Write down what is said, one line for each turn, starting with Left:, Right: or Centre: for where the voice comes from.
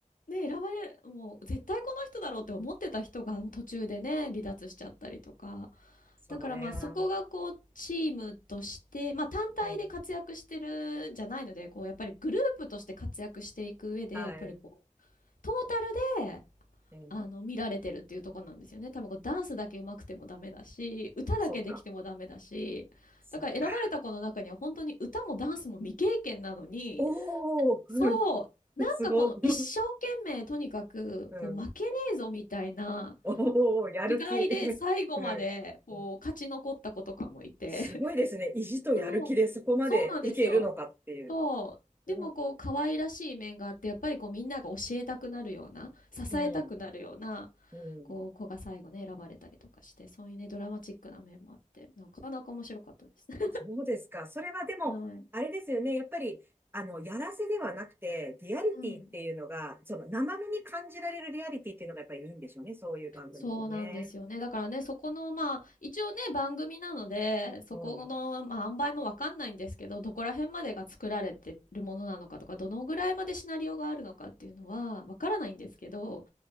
Left: ね、選ばれ、もう絶対この人だろうって思ってた人が途中でね、離脱しちゃったりとか。
Right: それは、
Left: だからまあそこがこうチームとして、まあ単体で活躍してるんじゃないので、
Right: うん、
Left: こうやっぱりグループとして活躍していく上で、
Right: はい、
Left: やっぱりこう、トータルで、
Right: うん、
Left: あの、見られてるっていうところなんですよね。多分こうダンスだけ上手くてもダメだし、歌だけできてもダメだし、
Right: そっか、そっか。
Left: だから選ばれた子の中には本当に歌もダンスも未経験なのに、
Right: おー、
Left: そう。
Right: うん、
Left: なんかこの一生懸命とにかくこう負けねえぞみたいな
Right: <laughs> すご、うん、おー、やる気、
Left: 気概で最後までこう勝ち残った子とかもいて。
Right: <laughs> うん、うん、すごいですね。意地とやる気でそこまでいけるのかっていう。
Left: <laughs> そう。そうなんですよ。そう。
Right: う
Left: でもこう可愛らしい面があってやっぱりこうみんなが教えたくなるような支えたくなるような
Right: ん、うん、
Left: こう子が最後ね選ばれたりとかしてそういうねドラマチックな面もあってなかなか面白かったです。<laughs>
Right: そうですか。それはでも、
Left: はい。
Right: あれですよね。やっぱり、あの、やらせではなくて、リアリティっていうのが、
Left: うん。
Right: その生身に感じられるリアリティっていうのがやっぱりいいんでしょうね。そういう番組ってね。
Left: そうなんですよね。だからね、そこの、まあ、一応ね、番組なので、そこの、
Right: うん。
Left: まあ、塩梅もわかんないんですけど、どこら辺までが作られてるものなのかとか、どのぐらいまでシナリオがあるのかっていうのは、わからないんですけど、